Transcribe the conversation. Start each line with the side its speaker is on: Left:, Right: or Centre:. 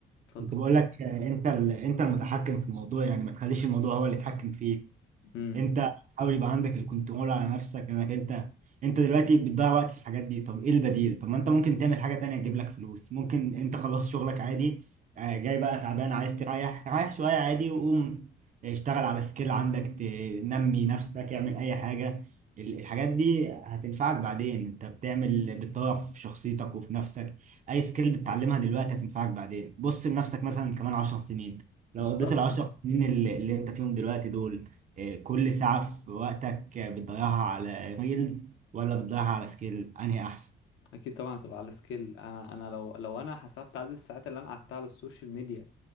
Left: اتفضل
Right: كنت بقول لك آه، انت ال... انت المتحكم في الموضوع يعني ما تخليش الموضوع هو اللي يتحكم فيك
Left: امم
Right: انت حاول يبقى عندك الكنترول على نفسك انك انت انت دلوقتي بتضيع وقت في الحاجات دي طب ايه البديل طب ما انت ممكن تعمل حاجة تانية تجيب لك فلوس ممكن انت خلاص شغلك عادي آه، جاي بقى تعبان عايز تريح ريح شوية عادي وقوم آه، اشتغل على سكيل عندك تنمي نفسك اعمل اي حاجة ال- الحاجات دي هتنفعك بعدين انت بتعمل بتطور في شخصيتك وفي نفسك اي سكيل بتتعلمها دلوقتي هتنفعك بعدين بص لنفسك مثلا كمان 10 سنين لو
Left: بالظبط
Right: قضيت ال 10 سنين اللي اللي انت فيهم دلوقتي دول إيه، كل ساعة في وقتك بتضيعها على ريلز ولا بتضيعها على سكيل أنهي أحسن؟
Left: اكيد طبعا هتبقى على سكيل انا انا لو لو انا حسبت عدد الساعات اللي انا قعدتها على السوشيال ميديا